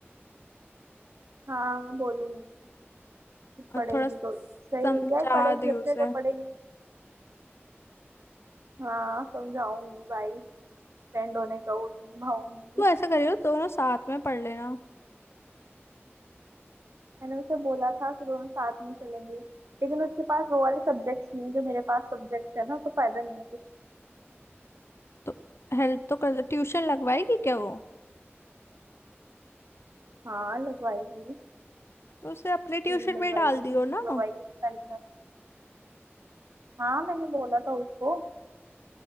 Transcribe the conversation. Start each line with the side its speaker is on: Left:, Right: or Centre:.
Right: हाँ बोलूंगी
Left: और
Right: पड़ेगी
Left: थोड़ा समझा
Right: तो सही है यार पड़ेगी
Left: दे
Right: अपने
Left: उसे
Right: लिए पड़ेगी हाँ समझाऊंगी भाई फ्रेंड होने का वो तो निभाऊंगी
Left: तू ऐसा करियो दोनों साथ में पढ़ लेना
Right: मैंने उसे बोला था कि दोनों साथ में चलेंगे लेकिन उसके पास वो वाले सब्जेक्ट्स नहीं है जो मेरे पास सब्जेक्ट्स है ना तो फायदा नहीं है कुछ
Left: तो हेल्प तो कर ट्यूशन लगवाएगी क्या वो
Right: हाँ लगवाएगी
Left: तो उसे अपने ट्यूशन
Right: क्यों नहीं लगवाएगी
Left: में डाल दियो
Right: ट्यूशन तो
Left: ना
Right: लगवाएगी उससे पहले भी मैं- हाँ मैंने बोला था उसको